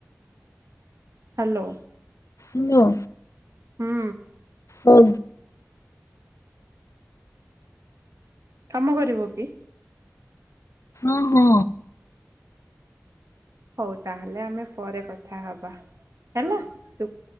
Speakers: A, on the right; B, on the left.
A: ହ୍ୟାଲୋ।
B: ହାଲୋ।
A: ହୁଁ।
B: ହଁ।
A: କାମ କରିବ କି?
B: ଓହୋ।
A: ହଉ ତାହେଲେ ଆମେ ପରେ କଥା ହବା। ହେଲା ତୁ